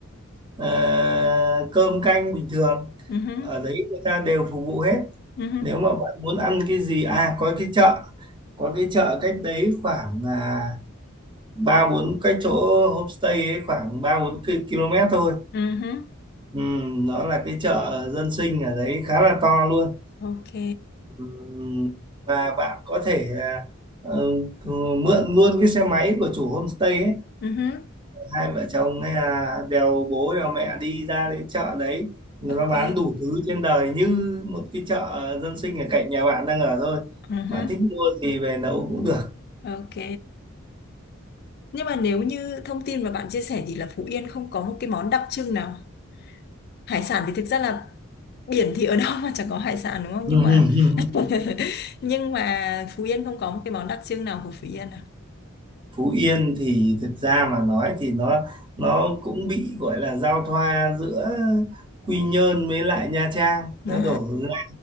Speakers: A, on the right; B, on the left.
A: ờ, cơm canh bình thường
B: uh-huh.
A: ở đấy người ta đều phục vụ hết.
B: Uh-huh.
A: Nếu mà bạn muốn ăn cái gì à có cái chợ có cái chợ cách đấy khoảng à, ba bốn cái chỗ homestay ấy khoảng ba bốn ki- km thôi
B: Uh-huh.
A: ừ, nó là cái chợ dân sinh ở đấy khá là to luôn
B: Ok.
A: ừ, và bạn có thể à, ừ, mượn luôn cái xe máy của chủ homestay ấy
B: uh
A: hai vợ chồng hay là đèo bố đèo mẹ đi ra đến chợ đấy nó
B: Ok.
A: bán đủ thứ trên đời như một cái chợ dân sinh ở cạnh nhà bạn đang ở thôi
B: Ừ
A: bạn
B: hứ,
A: thích mua gì về nấu cũng được
B: Ok. Nhưng mà nếu như thông tin mà bạn chia sẻ thì là Phú Yên không có một cái món đặc trưng nào. Hải sản thì thực ra là biển thì ở <laughs> đâu mà chẳng có hải sản đúng không?
A: ừ.
B: Nhưng
A: <laughs>
B: mà <laughs> nhưng mà Phú Yên không có một cái món đặc trưng nào của Phú Yên à.
A: Phú Yên thì thực ra mà nói thì nó nó cũng bị gọi là giao thoa giữa Quy Nhơn với lại Nha Trang nó
B: À,
A: đổ hướng ra